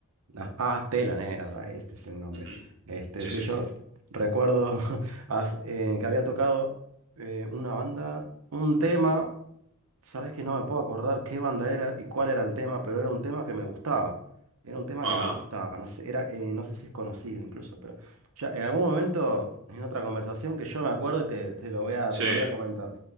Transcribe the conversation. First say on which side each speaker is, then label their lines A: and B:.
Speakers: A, on the right; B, on the right.
A: Las ah, teloneras, ah, este es el nombre.
B: Ujú,
A: Este,
B: Sí,
A: sí,
B: sí.
A: yo recuerdo <laughs> as- eh, que había tocado eh, una banda, un tema. Sabes que no me puedo acordar qué banda era y cuál era el tema, pero era un tema que me gustaba. Era un tema
B: Ah,
A: que me gustaba. No sé, era, eh, no sé si es conocido incluso, pero ya en algún momento, en otra conversación que yo me acuerde, te, te lo voy a,
B: sí,
A: te lo voy a comentar.